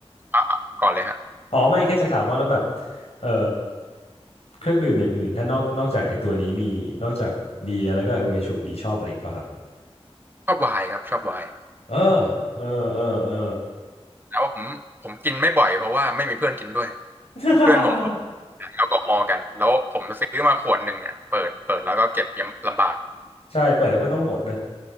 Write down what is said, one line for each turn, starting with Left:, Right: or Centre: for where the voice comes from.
Right: อ่ะอ่ะก่อนเลยฮะ
Left: อ๋อไม่แค่จะถามว่าแล้วแบบเอ่อเครื่องดื่มอย่างอื่นถ้านอกนอกจากไอ้ตัวนี้มีนอกจากเบียร์แล้วก็อุเมชุมีชอบอะไรอีกป่ะครับ
Right: ชอบไวน์ครับชอบไวน์
Left: เออเออเออเออ
Right: แล้วผมผมกินไม่บ่อยเพราะว่าไม่มีเพื่อนกินด้วย
Left: <laughs>
Right: เพื่อนผมก็ขายแอลกอฮอล์กันแล้วผมซื้อมาขวดหนึ่งเนี่ยเปิดเปิดแล้วก็เก็บยังลำบาก
Left: ใช่เปิดแล้วก็ต้องหมดนะ